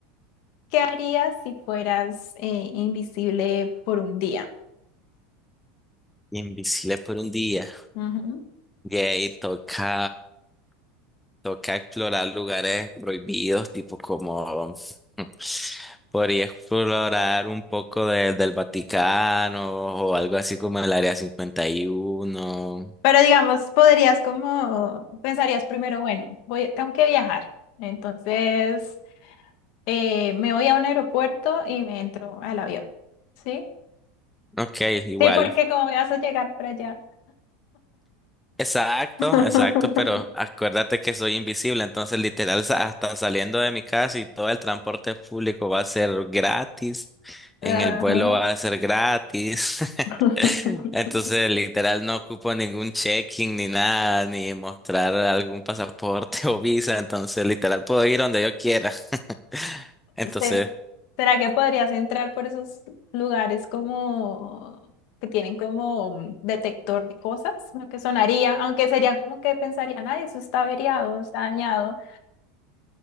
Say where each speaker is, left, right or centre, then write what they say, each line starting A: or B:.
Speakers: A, on the left (about 55°); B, in the centre.
A: ¿Qué harías si fueras eh, invisible por un día?
B: Invisible por un día.
A: Ujú.
B: Yay, toca, toca explorar lugares prohibidos, tipo como <laughs> podría explorar un poco de- del Vaticano o algo así como el Área 51.
A: Pero digamos, podrías como, pensarías primero, bueno, voy, tengo que viajar. Entonces, eh, me voy a un aeropuerto y me entro al avión. ¿Sí?
B: Ok, igual.
A: Sí, porque como vas a llegar para allá.
B: Exacto,
A: <laughs>
B: exacto, pero acuérdate que soy invisible, entonces literal sa- hasta saliendo de mi casa y todo el transporte público va a ser gratis,
A: Ajá.
B: en el vuelo va a ser gratis, <laughs>
A: <laughs>
B: entonces literal no ocupo ningún check-in ni nada, ni mostrar algún pasaporte <laughs> o visa, entonces literal puedo ir donde yo quiera. <laughs> Entonces,
A: Sí. ¿Será que podrías entrar por esos lugares como que tienen como un detector de cosas? Lo que sonaría, aunque serían como que pensarían, ay, eso está averiado, está dañado.